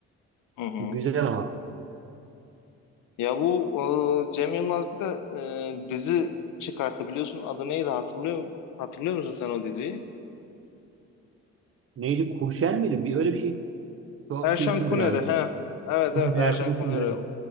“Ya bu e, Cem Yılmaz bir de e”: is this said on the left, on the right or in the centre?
Left